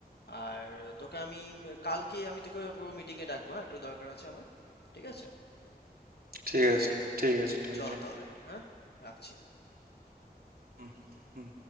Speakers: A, on the left (about 80°); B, on the right (about 65°).
A: আর তোকে আমি কালকে আমি তোকে মিটিংয়ে ডাকবো হ্যাঁ একটু দরকার আছে আমার ঠিক আছে
B: ঠিক আছে
A: ঠিক আছে
B: ঠিক আছে ঠিক
A: চল
B: আছে
A: তাহলে হ্যাঁ রাখছি
B: হুম হুম।